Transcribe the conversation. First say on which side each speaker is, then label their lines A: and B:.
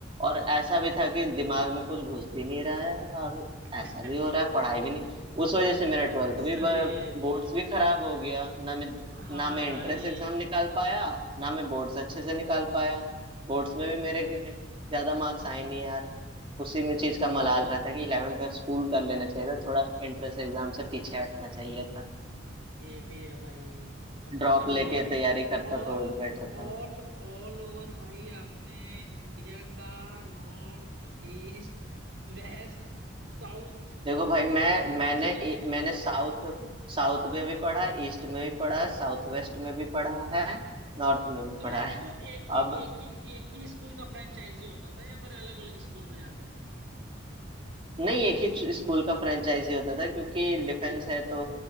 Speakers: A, on the right; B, on the right.
A: और ऐसा भी था कि दिमाग में कुछ घुस भी नहीं रहा है यार और
B: <laughs>
A: ऐसा भी हो रहा है पढ़ाई भी नहीं उस वजह से मेरा ट्वेल्थ भी
B: सही है
A: बोर्ड्स भी खराब हो गया ना मैं
B: हाँ
A: ना मैं
B: हाँ
A: एंट्रेंस
B: यही
A: एग्जाम निकाल पाया ना मैं बोर्ड्स अच्छे से निकाल पाया बोर्ड्स
B: हम्म
A: में
B: हम्म,
A: भी मेरे
B: हम्म।
A: के ज्यादा मार्क्स आए नहीं यार उसी में चीज का मलाल रहता है कि इलेवन ट्वेल्थ स्कूल कर लेना चाहिए था थोड़ा एंट्रेंस एग्जाम से पीछे हटना चाहिए था
B: हम्म, ये भी है भाई तो मतलब
A: ड्रॉप लेके
B: ऑल
A: तैयारी करता
B: ऑल
A: तो बेटर था
B: ऑल ऑल ओवर भाई आपने इंडिया का नॉर्थ ईस्ट वेस्ट साउथ
A: देखो
B: मतलब
A: भाई मैं
B: सब
A: मैंने
B: कुछ कवर
A: ए- मैंने
B: कर लिया
A: साउथ
B: आपने
A: साउथ में भी पढ़ा ईस्ट में भी पढ़ा है साउथ वेस्ट में भी पढ़ा है नॉर्थ में भी
B: तो लाइक
A: पढ़ा है
B: वो एक ही
A: अब
B: एक ही एक ही स्कूल का फ्रेंचाइजी होता था या फिर अलग अलग स्कूल में जाते थे
A: नहीं एक ही स्कूल का फ्रेंचाइजी होता था क्योंकि डिफेंस है तो